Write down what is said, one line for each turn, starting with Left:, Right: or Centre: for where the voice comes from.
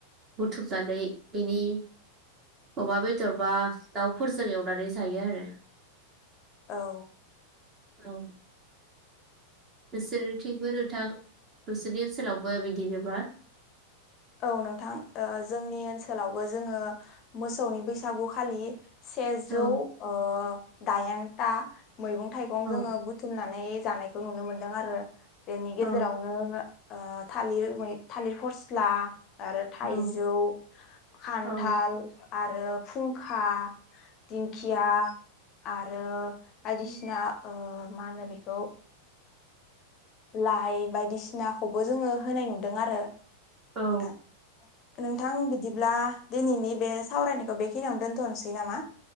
Right: बुथुमनानै बेनि अमा बेदर बा दाउफोरजों एवनानै जायो आरो
Left: औ
Right: औ नोंसोरथिंबो नोंथां नोंसोरनि ओनसोलावबो बिदिनोबा
Left: औ नोंथां ओ जोंनि ओनसोलावबो जोङो मोसौनि बैसागु खालि सेजौ
Right: औ
Left: ओ दायेनता मैगं -थाइगं
Right: औ
Left: जोङो बुथुमनानै जानायखौ नुनो मोन्दों आरो बेनि गेजेरावनो
Right: औ
Left: ओ थालिर मै थालिर फर्स स्ला आरो थाइजौ
Right: औ
Left: खान्थाल
Right: औ
Left: आरो फुंखा दिंखिया आरो बायदिसिना ओ मा होनो बेखौ लाइ बायदिसिनाखौबो जोङो होनाय नुदों आरो
Right: औ
Left: नोंथां नोंथां बिदिब्ला दिनैनि बे सावरायनायखौ बेखिनियावनो दोन्थनोसै नामा